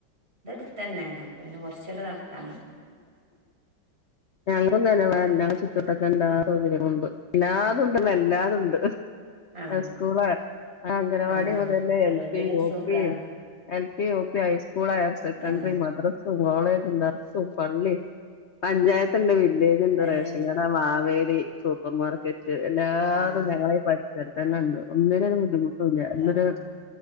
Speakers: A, on the right; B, on the left.
A: അതടുത്ത് തന്നെയാണ് പിന്നെ കുറച്ചൂടെ നടക്കാനെ
B: ഞങ്ങള് ഞങടെ തന്നെ ചുറ്റ് വട്ടത്ത്ക്ക് എല്ലാ സൗകര്യങ്ങളും ഉണ്ട് ഇല്ലാതുണ്ട്ല്ല എല്ലാതുണ്ട്
A: ആഹ്
B: സ്കൂള് ആഹ് അംഗൻവാടി
A: ആഹ്
B: മുതലേ
A: അതോണ്ട്
B: എൽ പി
A: പിന്നെ
B: യു
A: സുഖാണ്
B: പി L P U P high school school higher secondary
A: ആഹ്
B: മദ്രസ കോളെജ് ഉണ്ട പള്ളി പഞ്ചായത്ത് എൻ്റെ വീട്ടി വില്ലേജ് ഉണ്ട്
A: ഏഹ്
B: റേഷൻ കട മാവേലി സൂപ്പർ മാർക്കെറ്റ് എല്ലാതും
A: ആഹ്
B: ഞങ്ങളെ ഈ പരിസരത്ത് <unintelligible> ഒന്നിനാണ് ബുദ്ധിമു ല്ല ഇന്നൊരു
A: താണ്